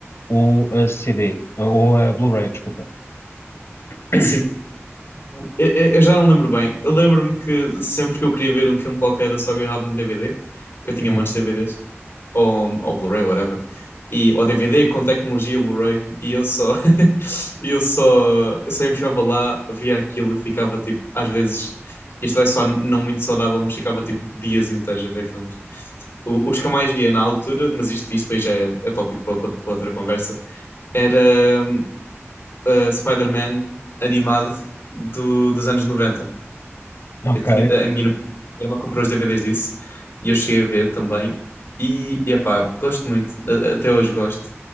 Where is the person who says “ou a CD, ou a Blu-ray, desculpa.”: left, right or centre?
Left